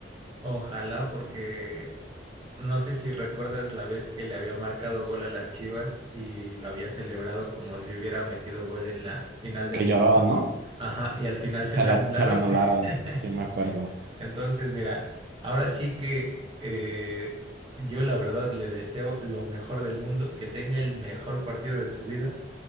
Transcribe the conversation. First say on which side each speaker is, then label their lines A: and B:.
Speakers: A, on the right; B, on the right.
A: Ojalá porque No sé si recuerdas la vez que le había marcado gol a las Chivas y lo había celebrado como si hubiera metido gol en la final del
B: Que
A: mundo.
B: lloró, ¿no?
A: Ajá, y al final
B: Y
A: se
B: se
A: lo
B: la,
A: anularon.
B: se la anularon,
A: <laughs>
B: sí me acuerdo.
A: Entonces, mira, ahora sí que eh, yo la verdad le deseo lo mejor del mundo, que tenga el mejor partido de su vida,